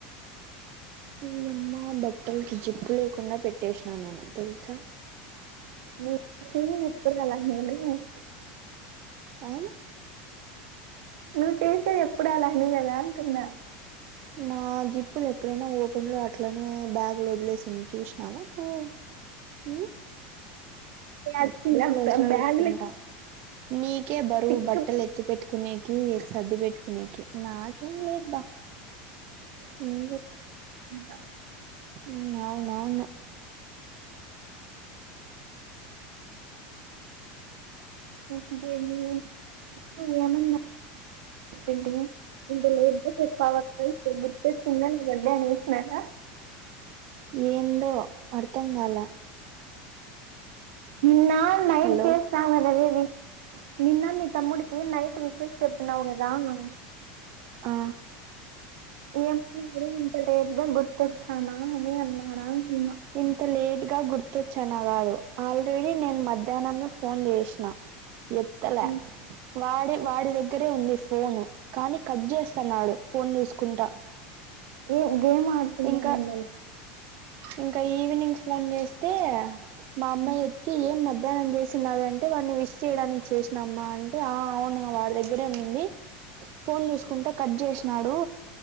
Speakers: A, on the right; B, on the right.
A: అయ్యమ్మా బట్టల్కి జిప్పు లేకుండా పెట్టేసినా నేను తెలుసా
B: బుక్సూ ఎప్పుడు నా దాంట్లోనే నోట్ బుక్స్
A: ఆ
B: నువ్వు చేసేది ఎప్పుడు అలానే కదా అంటున్నా
A: నా జిప్పులు ఎప్పుడైనా ఓపెన్ లో అట్లనే బ్యాగ్లో వదిలేసింది చూసినావ నువ్వు ఊ
B: వచ్చిన
A: ఎప్పుడు క్లోజ్ లో
B: బ్యాగ్
A: పెట్టుకుంటా నీకే బరువు
B: తిక్కు
A: బట్టలు ఎత్తి పెట్ కునేకీ సర్ది పెట్టుకునేకి నాకేం లేదు బా ఇన్వెట్
B: ఇంకా
A: ఇంగా నాను
B: ఇంకేమీ ఇ ఏమన్నా తింటీ ఇంత లేట్ గ చెప్పా వక్క ఇప్పుడు గుర్తొచ్చింద నా బర్డే అనేసినార
A: ఏందో అర్థం కాల
B: నిన్నా నైట్
A: హలో
B: జస్ట్ చాల్ అవవేవి నిన్న మీ తమ్ముడికి నైట్ విశష్ చెప్పినావు కదా అనన్
A: ఆ
B: ఏం నువ్వు ఇంత లేటుగా గుర్తొచ్చానా అని అన్నాడా అంటున్నా
A: ఇంత లేటు గా గుర్తొచ్చాన కాదు ఆల్రెడీ నేను మధ్యాన్నమే ఫోన్ చేసిన
B: <inaudible>
A: ఎత్తల
B: ఉమ్.
A: వాడి వాడి దగ్గరే ఉంది ఫోను కానీ కట్ చేస్సన్నాడు ఫోన్ చూసుకుంటా
B: ఊ గేమ్ ఆడుతున్నాడేమో
A: ఇంకా
B: లే
A: ఇంకా ఈవినింగ్ ఫోన్ చేస్తే మా అమ్మ.
B: ఉమ్.
A: ఏం మధ్యాహ్నం చేసినదింటే వాడిని విష్ చేయడానికి చేసినమ్మా అంటే ఆ అవునా వాడి దగ్గరనింది. ఫోన్ చూసుకుంటే కట్ చేసినాడు